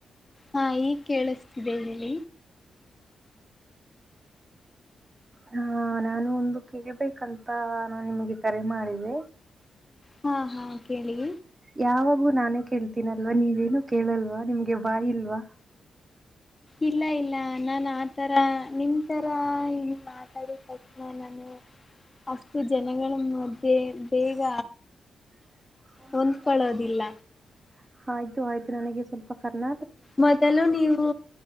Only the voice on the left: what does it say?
ಹಾ ಈ ಕೇಳಿಸ ಇದಿ ಹೇಳಿ
ಹಾ ಹಾ ಕೇಳಿ
ಇಲ್ಲ ಇಲ್ಲ ನಾನ ಆತರ ನಿಮ ತರ ಇನ್ ಮಾತಾಡಿದ ತಕ್ಷಣ ನಾನು ಅಷ್ಟತ ಜನಗಳಣ ಮಧ್ಯೆ ಬೇಗ
ಹೊಂದ್ಕೊಳ್ಳೋದಿಲ್ಲ
ಮೊದಲು ನೀವು